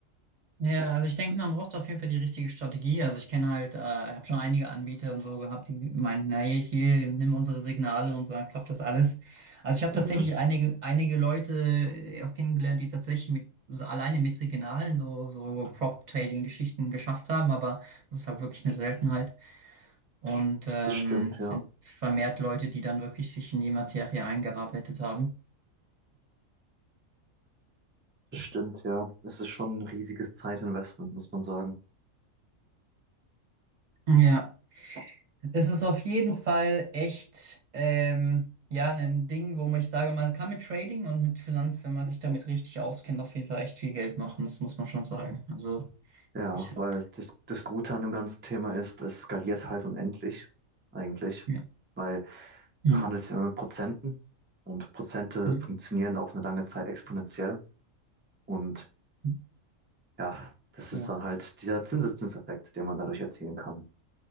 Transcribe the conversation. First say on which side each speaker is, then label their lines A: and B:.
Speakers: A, on the right; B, on the right.
A: Ja, also ich denke, man braucht auf jeden Fall die richtige Strategie. Also ich kenne halt, äh, habe schon einige Anbieter und so gehabt, die meinten, naja, hier, nimm unsere Signale, und unsere klappt das alles. Also ich habe
B: Mhm.
A: tatsächlich einige, einige Leute äh, auch kennengelernt, die tatsächlich mit, so alleine mit Signalen so, so Prop-Trading-Geschichten geschafft haben, aber das ist halt wirklich eine Seltenheit. Und ähm,
B: Das stimmt,
A: es
B: ja.
A: sind vermehrt Leute, die dann wirklich sich in die Materie eingearbeitet haben.
B: Das stimmt, ja. Es ist schon ein riesiges Zeitinvestment, muss man sagen.
A: Ja. Es ist auf jeden Fall echt ähm, ja ein Ding, wo man- ich sage, man kann mit Trading und mit Finanz, wenn man sich damit richtig auskennt, auf jeden Fall echt viel Geld machen. Das muss man schon sagen. Also
B: Ja,
A: ich habe
B: weil das, das Gute an dem ganzen Thema ist, es skaliert halt unendlich, eigentlich.
A: ja.
B: Weil
A: Hm,
B: du handelst immer mit Prozenten und Prozente
A: hm,
B: funktionieren auf eine lange Zeit exponentiell. Und
A: hm,
B: ja, das
A: ja.
B: ist dann halt dieser Zinseszinseffekt, den man dadurch erzielen kann.